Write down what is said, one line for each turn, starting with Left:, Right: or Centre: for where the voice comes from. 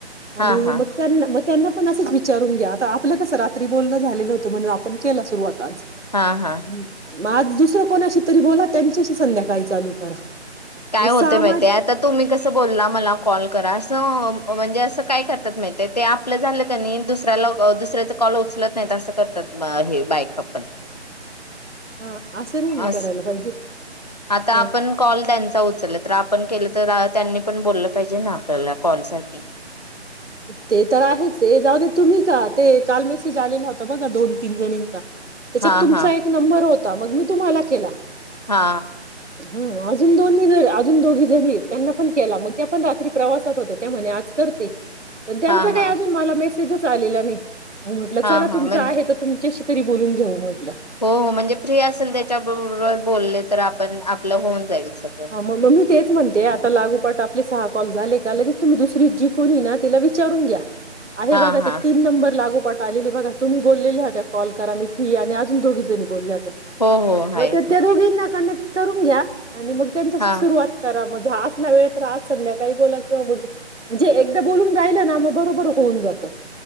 Right: आणि
Left: हा हा
Right: मग त्यांना म त्यांना आपण असंच विचारून घ्या आता आपलं कसं रात्री बोलणं झालेलं न होतं म्हणून आपण केला सुरुवात
Left: हा
Right: <unintelligible>
Left: हा
Right: म आज दुसरं कोणाशी तरी बोला त्यांच्याशी संध्याकाळी चालू करा
Left: काय
Right: मग
Left: होतंय
Right: सामाज
Left: माहिती हाय आता तुम्ही कसं बोलला मला कॉल करा असं म्हणजे असं काय करतात माहिेतेय टे आपलं झालं कनी दुसऱ्याला दुसऱ्याच कॉल उचलत नाही अस करतात हे बाईका पण
Right: हा असं नाही ना
Left: अस
Right: करायला पाहिजे
Left: आता
Right: हा
Left: आपण कॉल त्यांचा उचलला आपण केलं तर त्यांनी पण बोललं पाहिजे ना आपल्याला कॉल साठी
Right: ते तर आहेच हे जाऊ दे तुम्ही का ते काल मेसेज आलेला व्हता बघा दोन तीन जणींचा त्याच्यात
Left: हा
Right: तुमचा
Left: हा
Right: एक नंबर हो ता मग मी तुम्हाला केला.
Left: हा
Right: हम अजून दोन्ही अजून दोघी जणी आहेत त्यांना पण केला मग त्या पण रात्री प्रवासात होत्या त्या म्हणे आज करते. पण त्यांच
Left: हा
Right: काय
Left: हा
Right: अजून मला मेसे जच आलेला नाही. म म्हटलं
Left: हा
Right: चला
Left: हा
Right: तुमच
Left: म्हण
Right: आहे तर तुम शी तरी बोलून घेऊ म्ह
Left: हो हो म्हणजे फ्री असेल त्याच्याबरोबर बोललेत तर आपण आपलं होऊन जाईल. सगळं
Right: ह म म मी तेच म्हण ते आता लागूपाट आपले सहा कॉल झाले का लगेच तुम्ही दुसरी जी कोणी हे ना तिला विचारून घ्या. आहे
Left: हा
Right: बघा
Left: हा
Right: ते तीन नंबर लागोपाठ आलेले बघा तुम्ही बोललेले आता कॉल करा मी फ्री आहे आणि अजून दोघी जणी बोलल्यात
Left: हो हो
Right: म
Left: आहेत
Right: ते दोघींना का ना करून घ्या आणि मग त्यांच्या
Left: हा
Right: सुरुवात करा म झा आज सला वेळ तर आज संध्याकाळी बोला किंवा बघ म्हणजे एकदा बोलून राहिलं ना मग बरोबर होऊन जातं